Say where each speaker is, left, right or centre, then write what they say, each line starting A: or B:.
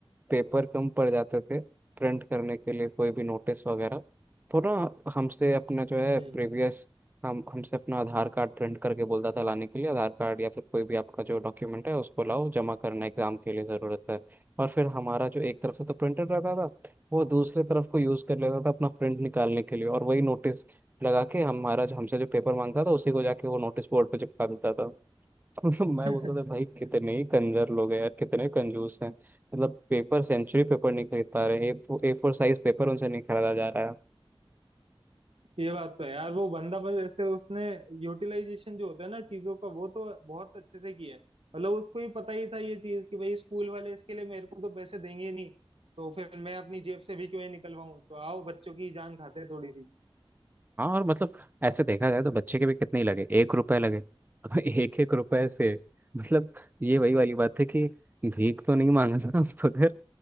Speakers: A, on the right (about 20°); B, on the right (about 75°).
A: पेपर कम पड़ जाते थे प्रिंट करने के लिए कोई भी नोटिस वगैरह तो ना हमसे अपना जो है
B: हम्म
A: प्रीवियस हम हमसे अपना आधार कार्ड प्रिंट करके बोलता था लाने के लिए आधार कार्ड या फिर कोई भी आपका जो डॉक्यूमेंट है उसको लाओ जमा करना एग्जाम के लिए ज़रूरत है और फिर हमारा जो एक तरफ से तो प्रिंटर रहता था वो दूसरे तरफ को यूज़ कर लेता था अपना प्रिंट निकालने के लिए और वही नोटिस लगा के हमारा जो हमसे जो पेपर मांगता था उसी को जाके वो नोटिस बोर्ड पे चिपका देता था <laughs> मैं
B: <laughs>
A: बोलता था भाई कितने ही कंजर लोग हैं यार कितने कंजूस हैं मतलब पेपर सेंचुरी पेपर नहीं खरीद पा रहे ए फोर ए फोर साइज पेपर उनसे नहीं खरीदा जा रहा है
B: ये बात तो है यार वो बंदा पर जैसे उसने यूटिलाइजेशन जो होता है ना चीजों का वो तो बहुत अच्छे से किया है मतलब उसको ही पता ही था ये चीज कि भाई स्कूल वाले इसके लिए मेरे को तो पैसे देंगे ही नहीं तो फिर मैं अपनी जेब से भी क्यों ही निकलवाऊं तो आओ बच्चों की जान खाते हैं थोड़ी सी
A: हाँ और मतलब ऐसे देखा जाए तो बच्चे के भी कितने ही लगे एक रुपए लगे <laughs> अब एक एक रुपए से मतलब ये वही वाली बात है कि भीख तो नहीं मांगा था उधर